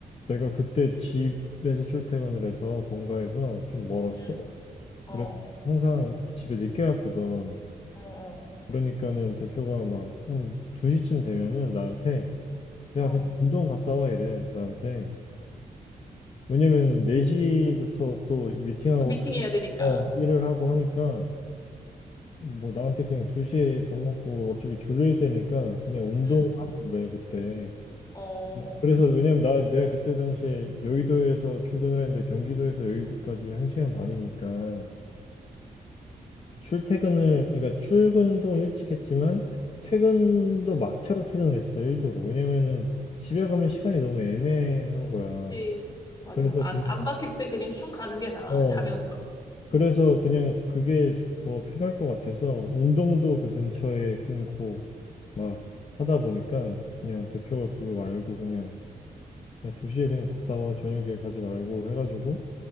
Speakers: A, on the left; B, on the left.
A: 내가 그때 집에서 출퇴근을 해서 본가에서 좀 멀었어
B: 응, 응.
A: 그래,
B: 어,
A: 항상 집에 늦게 갔거든.
B: 음. 음. 어,
A: 그러니까는 대표가 막 한 2시쯤 되면은 나한테 야,
B: 어. 어.
A: 그냥 운동 갔다 와 이래. 나한테. 왜냐면은 4시부터 또 미팅하고
B: 또 미팅해야 되니까.
A: 어, 일을 하고 하니까 뭐 나한테 그냥 2시에 밥 먹고 어차피 졸릴 때니까 그냥 운동하고
B: 음.
A: 그래 그때.
B: 어,
A: 그래서 왜냐면 나 내가 그때 당시에 여의도에서 출근을 했는데 경기도에서 여의도까지 한 시간 반이니까 출퇴근을, 그러니까 출근도 일찍 했지만, 퇴근도 막차로 퇴근을 했어, 일부러. 왜냐면은 집에 가면 시간이 너무 애매한 거야.
B: 그치. 맞아.
A: 그래서
B: 안,
A: 그냥,
B: 안 막힐 때 그냥 슝 가는 게 나아,
A: 어,
B: 자면서.
A: 그래서 그냥 그게 더 편할 것 같아서, 운동도 그 근처에 끊고, 막 하다 보니까, 그냥 대표가 그거 알고, 그냥, 야, 2시에 그냥 갔다 와, 저녁에 가지 말고 해가지고,